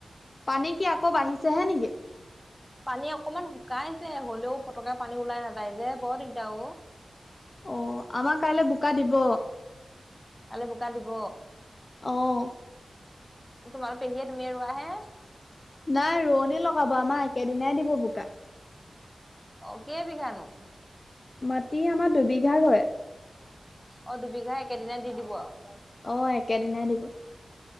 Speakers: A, on the left; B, in the centre.
A: পানী কি আকৌ বাঢ়িছেহে নেকি?
B: পানী অকমান শুকাইছে, হ'লেও পতককে পানী ওলাই নাযায় যে বৰ দিগদাৰ অ'।
A: অ', আমাৰ কাইলে বোকা দিব।
B: কাইলে বোকা দিব?
A: অ'।
B: তোমালোক, পেহীয়ে তুমি ৰুৱাহে?
A: নাই ৰোৱনী লগাব, আমাৰ একে দিনাই দিব বোকা।
B: অ', কেই বিঘানো?
A: মাটি আমাৰ দুবিঘা ৰুৱে।
B: অ', দুবিঘা একেদিননা দি দিব আৰু?
A: অ', একেদিনাই দিব।